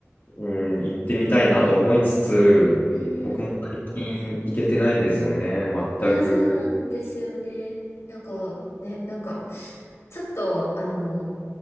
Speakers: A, on the left (about 45°); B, on the left (about 75°).
A: うん、行ってみたいなと思いつつ、
B: うんうんうん。
A: 僕も最近行けてないんですよね、全く。
B: いや、そうなんですよね。なんか、ね、なんか、ちょっと、あの、